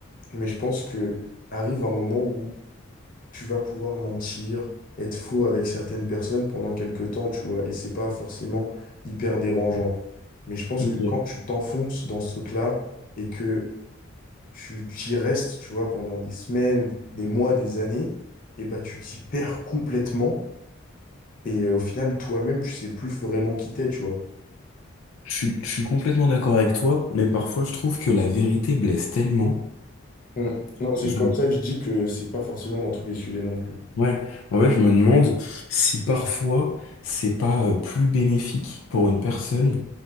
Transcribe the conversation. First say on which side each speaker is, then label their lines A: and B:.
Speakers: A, on the left; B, on the left.
A: mais je pense que arrive un moment où tu vas pouvoir mentir, être faux avec certaines personnes pendant quelques temps, tu vois, et c'est pas forcément hyper dérangeant. Mais je pense
B: Ok.
A: que quand tu t'enfonces dans ce truc-là et que tu tu y restes, tu vois, pendant des semaines, des mois, des années, et bah tu t'y perds complètement. Et euh, au final, toi-même, tu sais plus vraiment qui t'es, tu vois.
B: Je suis, je suis complètement d'accord avec toi, mais parfois je trouve que la vérité blesse tellement.
A: Mm. Non, c'est
B: Je-
A: comme ça que je dis que c'est pas forcément dans tous les sujets non plus.
B: Ouais. En fait, je me demande si parfois c'est pas euh, plus bénéfique pour une personne